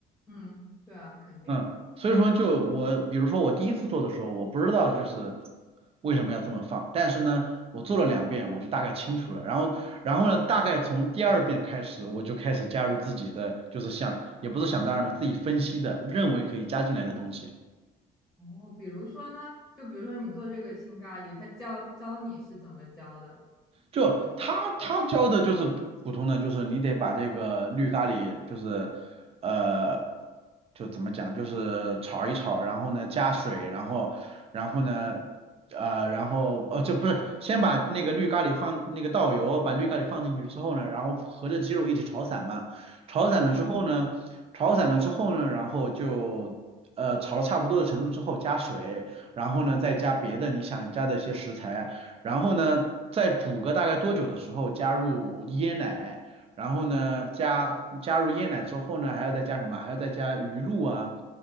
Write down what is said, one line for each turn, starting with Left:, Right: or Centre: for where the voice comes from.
Centre: 嗯，对啊，肯定啊。
Right: 嗯，所以说就我，比如说我第一次做的时候，我不知道就是为什么要这么放，但是呢，我做了两遍，我就大概清楚了。然后，然后呢，大概从第二遍开始，我就开始加入自己的，就是想，也不是想当然嘛，自己分析的，认为可以加进来的东西。
Centre: 哦，比如说呢，就比如说你做这个青咖喱，他教教你是怎么教的？
Right: 就他他教的就是普通的，就是你得把这个绿咖喱，就是呃，就怎么讲，就是炒一炒，然后呢加水，然后然后呢呃，然后呃，就不是先把那个绿咖喱放那个倒油，把绿咖喱放进去之后呢，然后和着鸡肉一起炒散嘛，炒散了之后呢，
Centre: 嗯，
Right: 炒散了之后呢，然后就。呃，炒到差不多的程度之后加水，然后呢再加别的你想加的一些食材，然后呢，再煮个大概多久的时候加入椰奶，然后呢加加入椰奶之后呢，还要再加什么？还要再加鱼露啊，